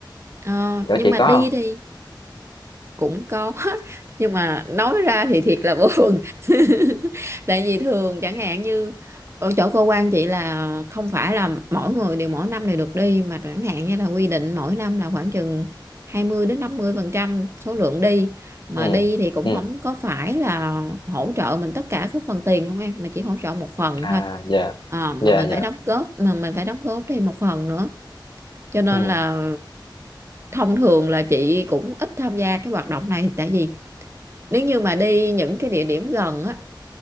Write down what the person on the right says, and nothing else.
Ờ,
nhưng
mà
đi
thì cũng có <laughs> nhưng mà nói ra thì thiệt là buồn <laughs> tại vì thường chẳng hạn như ở chỗ cơ quan chị là không phải là mỗi người đều mỗi năm đều được đi mà chẳng hạn như là quy định mỗi năm là khoảng chừng 20 đến 50 phần trăm số lượng đi mà
đi thì cũng
không có phải là hỗ trợ mình tất cả các phần tiền luôn em mà chỉ hỗ trợ một phần
thôi
Ờ, mà
mình
phải đóng góp mà mình phải đóng góp thêm một phần nữa cho nên
là thông thường là chị cũng ít tham gia cái hoạt động này tại vì nếu như mà đi những cái địa điểm gần á